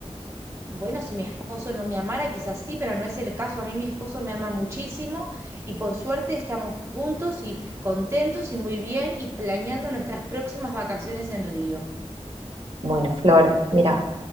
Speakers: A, on the right; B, on the right.
A: Bueno, si mi esposo no me amara, quizás sí, pero no es el caso. A mí mi esposo me ama muchísimo y por suerte estamos juntos y contentos y muy bien y planeando nuestras próximas vacaciones en Río.
B: Bueno, Flor, mira,